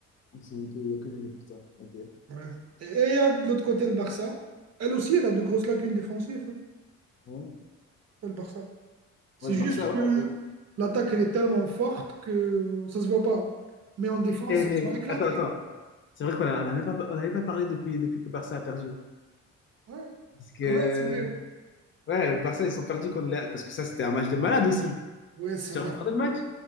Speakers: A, on the left (about 40°); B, on the right (about 55°).
A: c'est- il y a que les gars, putain. Ok.
B: Ouais. Et il y a de l'autre côté le Barça. Elle aussi, elle a de grosses lacunes défensives,
A: Hein
B: hein, le Barça. C'est
A: Ouais, le
B: juste
A: Barça, ouais.
B: que l'attaque, elle est tellement forte que ça se voit pas. Mais en défense,
A: Eh, mais
B: ils sont éclatés.
A: attends, attends. C'est vrai qu'on a- on n'avait pas, on avait pas parlé depuis, depuis que le Barça a perdu.
B: Ouais,
A: Parce que,
B: ouais, c'est vrai.
A: ouais, le Barça, ils sont perdus contre la- Parce que ça, c'était un match de malade aussi.
B: Ouais, c'est
A: Tu
B: un match
A: as regardé
B: de fou.
A: le match?